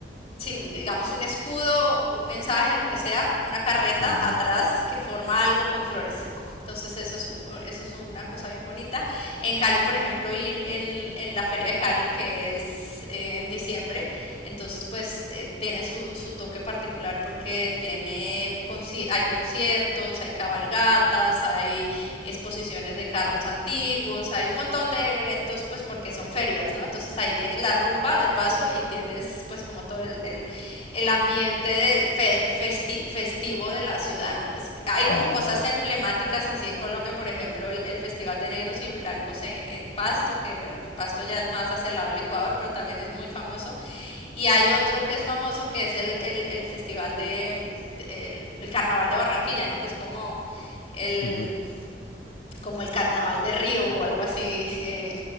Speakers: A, on the left; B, on the left.
A: sin, digamos, un escudo, un mensaje, lo que sea, una carreta
B: ujú.
A: atrás que forma algo con flores. Entonces eso es, eso es una cosa bien bonita. En Cali, por ejemplo, ir en, en la Feria de Cali, que es eh, en diciembre, entonces pues eh, tiene su, su toque particular porque tiene, conci- hay conciertos, hay cabalgatas, hay exposiciones de carros antiguos, hay un montón de eventos pues porque porque son ferias, ¿no? Entonces ahí tienes la rumba de paso y tienes pues como todo el, el, el ambiente del fe, festi, festivo de la ciudad, ¿no? Es, hay como
B: Va.
A: cosas emblemáticas así en Colombia, por ejemplo, el, el Festival de Negros y Blancos en, en, Pasto, que bueno, que Pasto ya es más hacia el lado del Ecuador, pero también es muy famoso. Y hay otro que es famoso, que es el, el el Festival de, de el el Carnaval de Barranquilla, ¿no? Que es como el
B: Ujú.
A: como el Carnaval de Río o algo así eh,